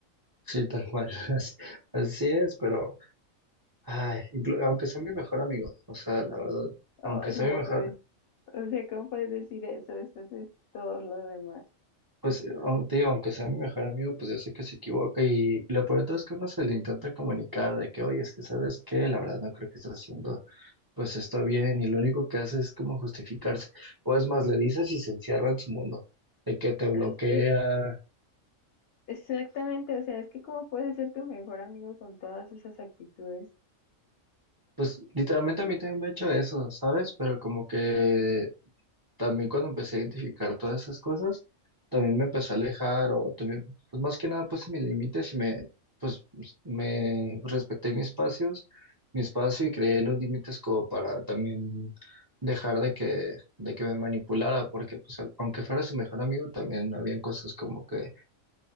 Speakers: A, on the right; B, on the left.
A: Sí, tal cual. <laughs> Así, así es, pero ay, inclu- aunque sea mi mejor amigo, o sea, la verdad,
B: Ay,
A: aunque sea
B: no
A: mi mejor,
B: puedes, o sea, ¿cómo puedes decir eso después de todo lo demás?
A: pues eh, aun- te digo, aunque sea mi mejor amigo, pues yo sé que se equivoca y y lo peor de todo es que uno se le intenta comunicar de que, oye, es que sabes qué, la verdad no creo que estés haciendo pues está bien y lo único que hace es como justificarse. O es más, le dices y se encierra en su mundo, de que te bloquea.
B: Pero es que Exactamente, o sea, es que cómo puedes ser tu mejor amigo con todas esas actitudes.
A: Pues literalmente a mí también me ha hecho eso, ¿sabes? Pero como que también cuando empecé a identificar todas esas cosas, también me empecé a alejar o también, pues más que nada puse mis límites y me, pues me respeté mis espacios, mi espacio y creé los límites como para también dejar de que, de que me manipulara, porque pues al- aunque fuera su mejor amigo, también habían cosas como que